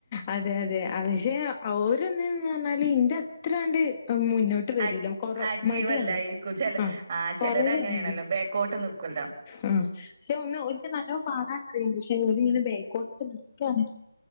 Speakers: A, on the left (about 25°); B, on the right (about 35°).
A: അതെ അതെ അതെ പക്ഷെ അവോര്ന്ന് പറഞ്ഞാല് ഇൻ്റ അത്രാണ്ട് മുന്നോട്ട് വരൂല
B: ആക്
A: കൊറ
B: ആക്റ്റീവ്
A: മടിയാണ്
B: അല്ലായിരിക്കും ചെല
A: ആ
B: ചിലര്
A: കൊറവാണ്
B: അങ്ങനെയാണല്ലോ ബേക്കോട്ട് നിക്കുവല്ലോ
A: ആ പക്ഷെ ഒന്ന് ഒരിക്ക നല്ലോ പാടാനറിയാം പക്ഷെ ഒല്ങ്ങനെ ബേക്കോട്ട് നിക്കാണ്